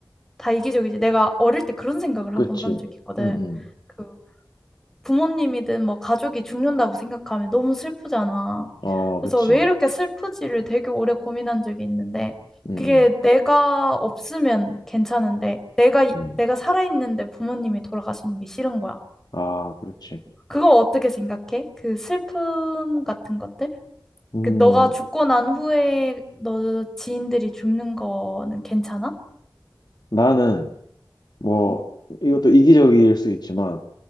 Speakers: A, in the centre; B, on the left.
A: 다 이기적이지. 내가 어릴 때 그런 생각을
B: 그치.
A: 한 번 한 적이 있거든.
B: 음, 음.
A: 그 부모님이든 뭐 가족이 죽는다고 생각하면 너무 슬프잖아.
B: 어,
A: 그래서
B: 그치.
A: 왜 이렇게 슬프지를 되게 오래 고민한 적이 있는데
B: 음,
A: 그게
B: 음,
A: 내가 없으면 괜찮은데 내가 이-
B: 음.
A: 내가 살아있는데 부모님이 돌아가시는 게 싫은 거야.
B: 아, 그렇지.
A: 그거 어떻게 생각해? 그 슬픔 같은 것들?
B: 음,
A: 그 너가 죽고 난 후에 너 지인들이 죽는 거는 괜찮아?
B: 나는, 뭐,
A: 음,
B: 이것도 이기적일 수 있지만,